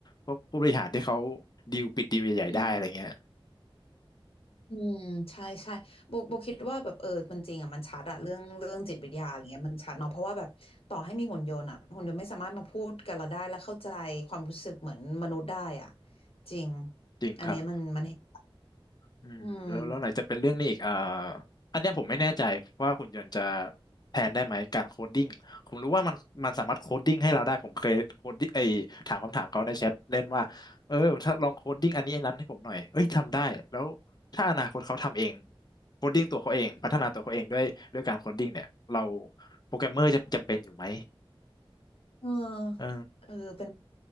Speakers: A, on the left (about 45°); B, on the left (about 85°).
A: พวกผู้บริหารที่เขาดีลปิดดีลใหญ่ๆได้อะไรเงี้ย
B: <laughs> อืม อืมใช่ใช่โบโบคิดว่าแบบเออมันจริงอ่ะมันชัดอะเรื่องเรื่องจิตวิทยาอะไรเงี้ยมันชัดเนาะเพราะว่าแบบต่อให้มีหุ่นยนต์อะหุ่นยนต์ไม่สามารถมาพูดกับเราได้และเข้าใจความรู้สึกเหมือนมนุษย์ได้อ่ะจริง
A: จริงครับ
B: อันเนี้ยมันมันเห็น
A: อืมแล้วแล้วไหนจะเป็นเรื่องนี้อีกอ่า
B: อืม
A: อันเนี้ยผมไม่แน่ใจว่าหุ่นยนต์จะแทนได้ไหมการโคดดิ้งผมรู้ว่ามันมันสามารถโคดดิ้งให้เราได้ผมเคยโคดดิ้งไอถามคำถามเขาในแชทเล่นว่าเออถ้าลองโคดดิ้งอันนี้อันนั้นให้ผมหน่อยเอ้ยทำได้แล้วถ้าอนาคตเขาทำเองโคดดิ้งตัวเขาเองพัฒนาตัวเขาเองด้วยด้วยการโคดดิ้งเนี่ยเราโปรแกรมเมอร์จะจำเป็นอยู่ไหม
B: เออ
A: เออ
B: เออเป็น